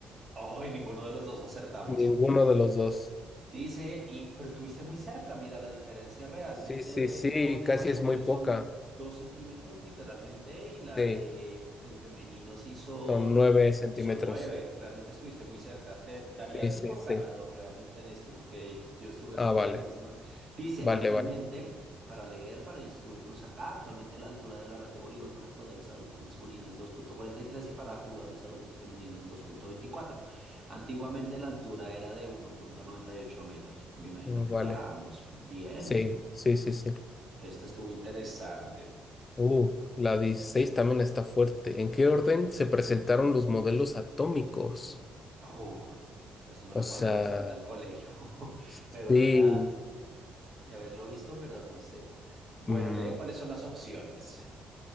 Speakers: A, on the right (about 45°); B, on the left (about 30°).
A: ¡Ay, ninguno de los dos acertamos!
B: Ninguno de los dos.
A: Dice, y, pero estuviste muy cerca, mira, la diferencia realmente
B: Sí, sí, sí,
A: con el
B: casi
A: masculino
B: es muy poca.
A: son dos centímetros literalmente y la
B: Sí,
A: de el femenino sí son,
B: son 9 centímetros.
A: son nueve, realmente estuviste muy cerca. Te daría
B: Sí,
A: a ti
B: sí,
A: por
B: sí.
A: ganador realmente en esto porque yo estuve muy
B: Ah, vale,
A: lejos, ¿no? Dice,
B: vale,
A: actualmente,
B: vale.
A: para leer, para instruirnos acá, actualmente la altura de la red de voleibol para jugadores adultos masculinos es dos punto cuarenta y tres y para jugadores adultos femeninos dos punto veinticuatro Antiguamente la altura era de 1.98 metros. Me imagino
B: Mm,
A: que
B: Vale.
A: para ambos. Bien,
B: Sí, sí, sí, sí.
A: esta estuvo interesante.
B: Uh, la 16 también está fuerte. ¿En qué orden se presentaron los modelos atómicos?
A: Uy, esto me
B: O
A: recuerda
B: sea,
A: bastante al colegio, <laughs>
B: sí.
A: pero ya, ya haberlo visto, pero no sé. Bueno,
B: mm,
A: lee cuáles son las opciones.